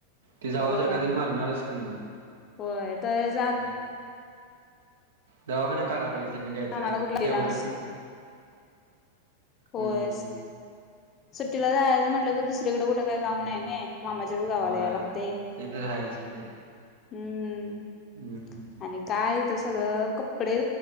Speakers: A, on the right; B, on the left.
A: ते जाऊस
B: होय
A: तर ते मरणारच की मग.
B: होय <unintelligible>
A: ह दवाखाना काढाय पाहिजे, त्यांनी काय
B: आम्हाला
A: तर
B: कुठलीला
A: डेव्हलपमेंट.
B: होय
A: हम्म हम्म.
B: सुट्टीला जायचं म्हटलं तर, दुसरीकडे कुठ काही गाव नाय नई. मामच्याच गावाला
A: होय
B: यायला लागते
A: ते तर आहेच की
B: ह.
A: हम्म हम्म..,
B: आणि काय इथं सगळं कपडे